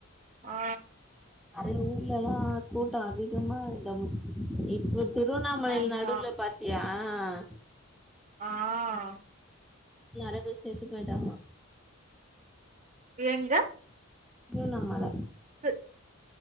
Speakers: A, on the right; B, in the centre.
A: ஆ
B: கீழல்லா கூட்டோ அதிகமா இந்தம் இப்ப. திருவண்ணாமலையில
A: ஆமா
B: நடுல பாத்தியா. ஆஹ்
A: ஆஹ்
B: நெறைய பேர் செத்து போயிட்டாங்கோ
A: ஏங்க.
B: திருவண்ணாமல
A: து